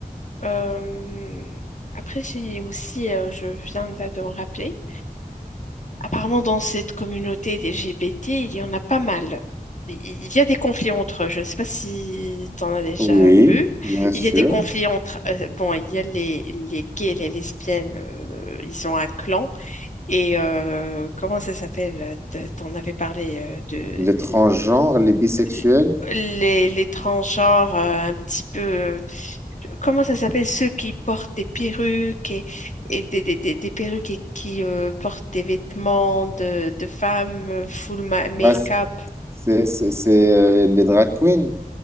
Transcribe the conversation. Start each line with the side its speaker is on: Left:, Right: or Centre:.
Left: Euh, après, j'ai aussi, euh, je viens là de me rappeler, Apparemment, dans cette communauté des LGBT, il y en a pas mal. Il il y a des conflits entre eux. Je ne sais pas si tu en as déjà
Right: Oui,
Left: vu.
Right: bien sûr.
Left: Il y a des conflits entre... euh, bon, il y a les, les gays, les lesbiennes, euh, ils ont un clan. Et euh, comment ça s'appelle? T- T'en avais parlé euh, de
Right: Les transgenres, les bisexuels,
Left: l- les, les transgenres euh, un petit peu... euh, Comment ça s'appelle? Ceux qui portent des perruques et, et des, des, des, des perruques et qui euh, portent des vêtements de, de femmes, euh, full ma- make-up.
Right: bah, c- c'est c'est- c'est, euh, les drag queens.